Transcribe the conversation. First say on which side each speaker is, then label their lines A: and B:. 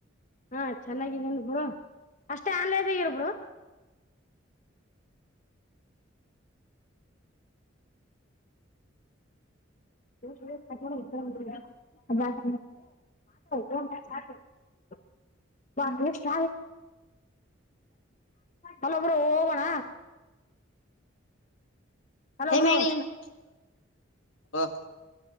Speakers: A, on the left; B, on the left.
A: ಹಾ ಚೆನ್ನಾಗಿದ್ದನ್ ಬ್ರೋ ಅಷ್ಟೇ ಆನ್ಲದಾಗರ ಬಿರು <unintelligible> ಬಾಸ ಮಂದರ <unintelligible> ಹತ <unintelligible> ಮ <unintelligible> ಚ ಹಲೋ ಬ್ರೋ ಹೋಗೋಣ ಹಲೋ
B: ಹೆ
A: ಬ್ರೋ
B: ಮ್ಯಾಗಲ <unintelligible> ಅಬ <unintelligible>